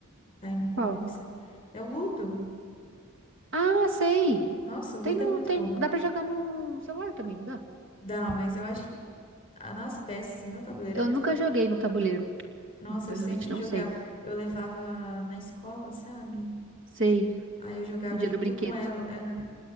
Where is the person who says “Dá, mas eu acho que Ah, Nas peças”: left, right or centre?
Left